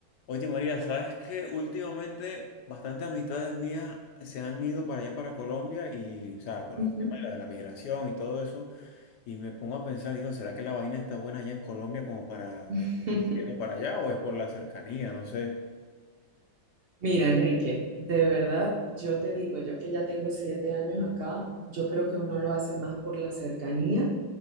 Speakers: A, on the left; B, on the right.
A: Oye María, ¿sabes qué? Últimamente bastantes amistades mías se han ido para allá, para Colombia, y, o sea, por
B: Ujú.
A: el tema de la, de la migración y todo eso, y me pongo a pensar, digo, ¿será que la vaina está buena allá en Colombia como para que
B: <laughs>
A: yendo para allá o es por la cercanía? No sé.
B: Mira, Enrique, de verdad, yo te digo, yo que ya tengo siete años acá, yo creo que uno lo hace más por la cercanía,